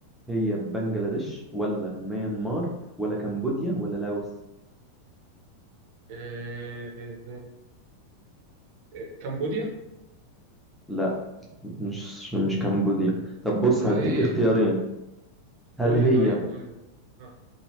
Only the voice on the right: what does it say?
إيه... إيه، كمبوديا
امال
ايه
قول
لي طيب قول لي آه.